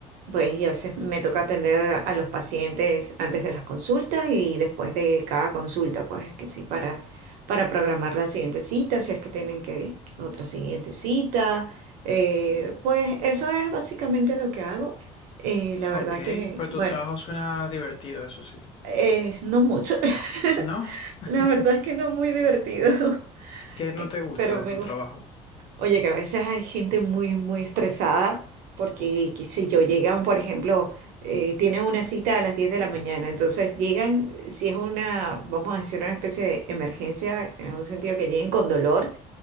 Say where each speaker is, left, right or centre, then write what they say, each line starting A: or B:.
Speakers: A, on the right; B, on the left.
A: pues y a veces me toca atender a los pacientes antes de las consultas y después de cada consulta, pues que sí, para, para programar la siguiente cita, si es que tienen que, que otra siguiente cita. Eh, pues eso es básicamente lo que hago. Eh, la verdad
B: ok,
A: que,
B: pero
A: bueno,
B: tu trabajo suena divertido, eso sí.
A: eh, no mucho. <laughs>
B: ¿No? <laughs>
A: La verdad es que no muy divertido,
B: ¿Qué
A: <laughs>
B: no te gusta
A: pero
B: de
A: me
B: tu
A: gusta.
B: trabajo?
A: Oye, que a veces hay gente muy, muy estresada porque, qué sé yo, llegan, por ejemplo, eh, tienen una cita a las 10 de la mañana, entonces llegan, si es una, vamos a decir, una especie de emergencia, en un sentido que lleguen con dolor